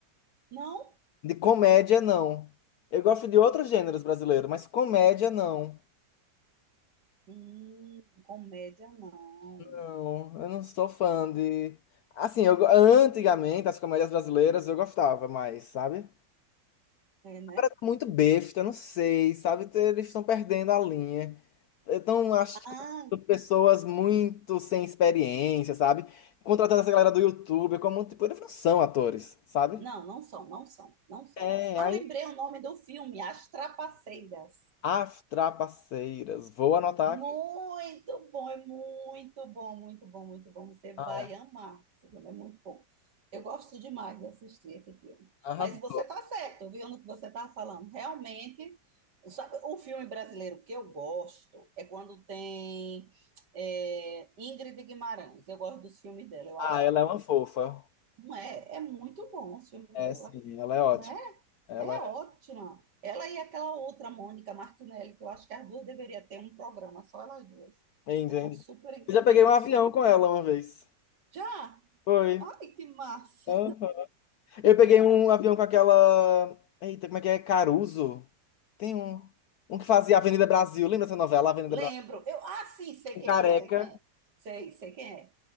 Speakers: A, on the right; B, on the left.
A: Não?
B: De comédia, não. Eu gosto de outros gêneros brasileiros, mas comédia, não.
A: Hum, comédia, não.
B: Não, eu não sou fã de. Assim, eu... go- antigamente, as comédias brasileiras eu gostava mais, sabe?
A: É, né?
B: Agora tá muito besta, não sei, sabe? Te- Eles estão perdendo a linha. Então, acho
A: Ah,
B: que pessoas muito sem experiência, sabe? Contratando essa galera do YouTube, como, tipo, eles não são atores, sabe?
A: não, não são, não são, não são.
B: É,
A: Ah,
B: aí
A: lembrei o nome do filme, As Trapaceiras.
B: As Trapaceiras. Vou anotar
A: Muito
B: aqui.
A: bom, é muito bom, muito bom, muito bom. Você
B: Ah,
A: vai
B: é.
A: amar. Esse filme é muito bom. Eu gosto demais de assistir esse filme.
B: Arrasou.
A: Mas você está certo, viu, no que você está falando. Realmente, sabe, o filme brasileiro que eu gosto é quando tem é, Ingrid Guimarães. Eu gosto dos filmes dela, eu
B: Ah,
A: acho.
B: ela é uma fofa.
A: Não é, é muito bom o filme
B: É,
A: dela,
B: sim, ela é ótima.
A: né?
B: Ela
A: É
B: é.
A: ótima. Ela e aquela outra, Mônica Martinelli, que eu acho que as duas deveriam ter um programa, só elas duas.
B: Entende?
A: Porque são super
B: Eu já peguei um
A: e
B: avião
A: super.
B: com ela uma vez.
A: Já!
B: Foi.
A: Ai, que massa!
B: Aham. Eu peguei um avião com aquela. Eita, como é que é? Caruso? Tem um. Um que fazia Avenida Brasil. Lembra essa novela, Avenida
A: Lembro.
B: Brasil?
A: Eu, ah, sim, sei
B: Um
A: quem
B: careca.
A: é, sei quem é. Sei, sei quem é.